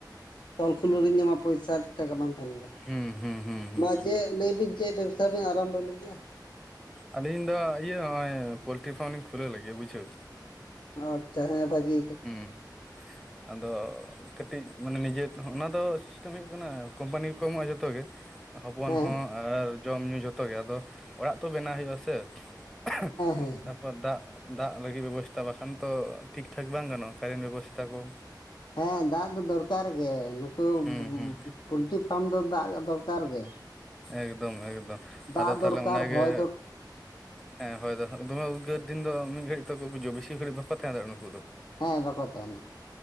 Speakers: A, on the left; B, in the centre.
A: ᱛᱚᱞ ᱠᱷᱩᱞᱟᱹ ᱨᱤ ᱧᱟᱢᱟ ᱯᱚᱭᱥᱟ ᱴᱟᱠᱟ ᱵᱟᱝ <unintelligible>
B: ᱦᱩᱸ ᱦᱩᱸ ᱦᱩᱸ ᱦᱩᱸ
A: ᱢᱟ ᱪᱮᱫ ᱞᱟᱹᱭ ᱵᱤᱱ ᱪᱮᱫ ᱵᱮᱵᱥᱟ ᱵᱤᱱ ᱟᱨᱟᱢ ᱵᱚᱭ ᱞᱟᱹᱜᱤᱫᱼᱟ?
B: ᱟᱹᱞᱤᱧ ᱫᱚ ᱤᱭᱟᱹ ᱦᱚᱜᱼᱚᱭ ᱯᱳᱚᱞᱴᱨᱤ ᱯᱷᱟᱨᱢ ᱞᱤᱧ ᱠᱷᱩᱞᱟᱹᱣ ᱞᱟ. ᱜᱤᱫ ᱵᱩᱡᱷᱟᱹᱣ᱾
A: ᱟᱪᱪᱷᱟ ᱦᱮᱸ ᱵᱷᱟᱹᱜᱤ ᱜᱮ ᱾
B: ᱦᱩᱸ ᱟᱫᱚ ᱠᱟᱹᱴᱤᱡ ᱢᱟᱱᱮ ᱱᱤᱡᱮ ᱛᱮ ᱫᱚ, ᱚᱱᱟ ᱫᱚ ᱥᱤᱥᱴᱮᱢ ᱦᱩᱭᱩᱜ ᱠᱟᱱᱟ ᱠᱳᱢᱯᱟᱱᱤ ᱜᱮ ᱠᱚ ᱮᱢᱚᱜᱼᱟ ᱡᱚᱛᱚ ᱜᱮ᱾ ᱦᱚᱯᱚᱱ
A: ᱦᱮᱸ
B: ᱦᱚᱸ ᱟᱨ ᱡᱚᱢ ᱧᱩ ᱡᱷᱚᱛᱚ ᱜᱮ ᱟᱫᱚ ᱚᱲᱟᱜ ᱛᱚ ᱵᱮᱱᱟᱣ ᱦᱩᱭᱩᱜ ᱟ ᱥᱮ᱾ <unintelligible>
A: ᱦᱮᱸ
B: ᱛᱟᱯᱚᱨ ᱫᱟᱜ ᱫᱟᱜ ᱞᱟᱹᱜᱤᱫ ᱵᱮᱵᱚᱥᱛᱟ ᱵᱟᱠᱷᱟᱱ ᱛᱚ ᱴᱷᱤᱠ ᱴᱷᱟᱹᱠ ᱵᱟᱝ ᱜᱟᱱᱚᱜᱼᱟ ᱠᱟᱨᱮᱱᱴ ᱵᱮᱵᱚᱥᱛᱷᱟ ᱠᱚ-᱾
A: ᱦᱮᱸ ᱫᱟᱜ ᱫᱚ ᱫᱚᱨᱠᱟᱨ ᱜᱮ ᱾ <unintelligible>
B: ᱦᱩᱸ ᱦᱩᱸ
A: ᱯᱳᱞᱴᱤ ᱯᱷᱟᱨᱢ ᱫᱚ ᱫᱟᱜ ᱫᱚᱨᱠᱟᱨ ᱜᱮ᱾
B: ᱮᱠᱫᱚᱢ ᱮᱠᱫᱚᱢ
A: ᱫᱟᱜ
B: ᱟᱫᱚ
A: ᱫᱚᱨᱠᱟᱨ
B: ᱛᱟᱦᱞᱮ ᱚᱱᱟᱜᱮ
A: ᱦᱚᱭ ᱫᱚᱨᱠᱟᱨ
B: ᱦᱮᱸ ᱦᱳᱭ ᱫᱚ ᱫᱚᱢᱮ ᱩᱫᱽᱜᱟᱹᱨ ᱫᱤᱱ ᱫᱚ ᱢᱤᱫ ᱜᱷᱟᱹᱲᱤᱡ ᱛᱮᱠᱚ ᱜᱩᱡᱩᱜ-ᱟ, ᱵᱤᱥᱤ ᱜᱷᱟᱹᱲᱤᱡ ᱵᱟᱠᱚ ᱛᱟᱦᱮᱸ ᱫᱟᱲᱮᱭᱟᱜᱼᱟ ᱩᱱᱠᱩ ᱫᱚ᱾
A: ᱦᱮᱸ ᱵᱟᱠᱚ ᱛᱟᱦᱮᱱᱟ᱾